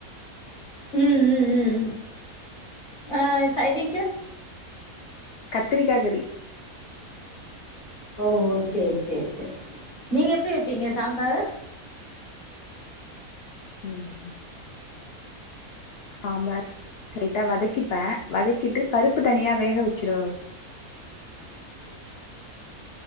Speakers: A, on the left; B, on the left.
A: ம் ம் ம்‌ ம் அ சைடிஷு
B: கத்திரிக்கா கறி
A: ஓஹோ சேரி சேரி சேரி நீங்க எப்டி வப்பீங்க சாம்பார
B: ம் சாம்பார் கரெட்டா வதக்கிப்ப வதக்கிட்டு பருப்பு தனியா வேக வச்சிருவ‌ ஃபஸ்
A: ம் ம்